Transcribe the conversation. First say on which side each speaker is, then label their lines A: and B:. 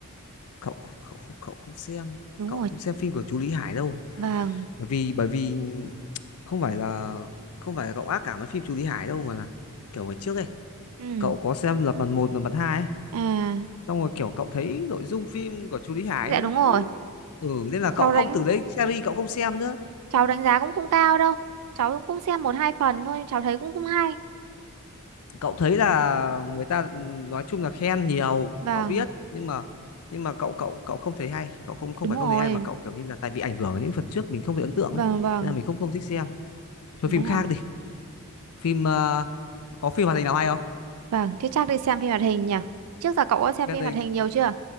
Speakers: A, on the left; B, on the right.
A: cậu cậu không cậu không xem
B: Đúng
A: cậu
B: rồi.
A: không xem phim của chú Lý Hải đâu
B: Vâng.
A: bởi vì bởi vì không phải là không phải là cậu ác cảm với phim Chú Lý Hải đâu mà là kiểu ngày trước ấy
B: Ừ.
A: cậu có xem Lật Mặt một Lật Mặt hai ấy
B: À,
A: xong rồi kiểu cậu thấy nội dung phim của Chú Lý Hải
B: dạ
A: nó
B: đúng rồi.
A: cứ ừ nên là cậu
B: Cháu
A: không
B: đánh
A: từ đấy series cậu không xem nữa
B: cháu đánh giá cũng không cao đâu cháu cũng xem một hai phần thôi cháu thấy cũng không hay
A: cậu thấy là người ta ừ, nói chung là khen nhiều
B: vâng
A: cậu biết nhưng mà nhưng mà cậu cậu cậu không thấy hay cậu không không
B: đúng
A: phải
B: rồi
A: không thấy hay mà cậu kiểu như là tại vì ảnh hưởng ở những phần trước mình không thấy ấn tượng
B: vâng
A: ấy
B: vâng
A: nên là mình không không thích xem thôi
B: đúng
A: phim khác
B: rồi
A: đi phim ờ, có phim hoạt hình nào hay không
B: vâng thế chắc đi xem phim hoạt hình nhỉ trước giờ cậu có xem
A: hoạt
B: phim
A: hình
B: hoạt hình nhiều chưa